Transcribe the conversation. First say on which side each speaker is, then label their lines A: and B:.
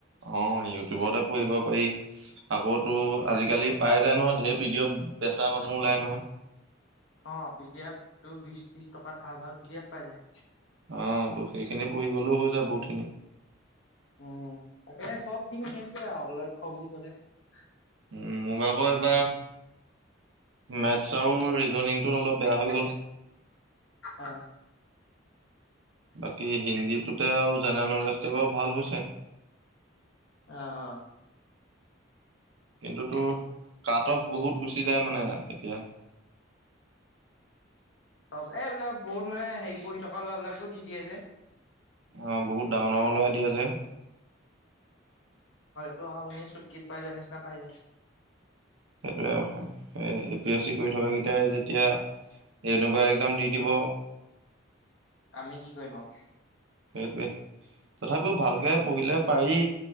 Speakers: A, on the right; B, on the left.
A: অ ইউটিউবতে পঢ়িব পাৰি। আকৌ তোৰ
B: অ
A: আজিকালি পায় যায় নহয় ঢেৰ ভি। বেচা মানুহ ওলাই নহয়।
B: অ পি ডি এফ টো বিশ ত্ৰিশ টকাত ভাল ভাল পি ডি এফ পাই যায়।
A: অ ত' সেইখিনি পঢ়ি গ'লেও হৈ যায় বহুত।
B: উম তাকে চবদিন কে আৰু। খ বুলি বুলি ক
A: উম মোৰ ভাগত পা মেথছ আৰু ৰিজনিংটো অলপ বেয়া হৈ গ'ল।
B: অ',
A: বাকী হিন্দীটোতে আৰু জেনেৰেল নলেজটো বাৰু ভাল হৈছে।
B: অ, অ।
A: কিন্তু তটো কাট অফ বহুত। গুচি যায় মানে এতিয়া।
B: চব এইবিলাক বহুত মানে হেৰি পঢ়ি থকা ল'ৰাবলাকো দি দিয়ে যে।
A: আহ বহুত ডাঙৰ ডাঙৰ লৰাাই দিয়া যে।
B: তো এনেই চুটকত পাই যায় নিচিনা পাই যায়।
A: সেইটোে এ পি এছ চি কৰি থকা কেইটাই যেতিয়া এনেকুৱা? এক্জাম দি দিব
B: উ আমি কি কৰিম আৰু।
A: সেইটোৱে? তথাপিও ভালকে
B: উম
A: পঢ়িলে পাৰি।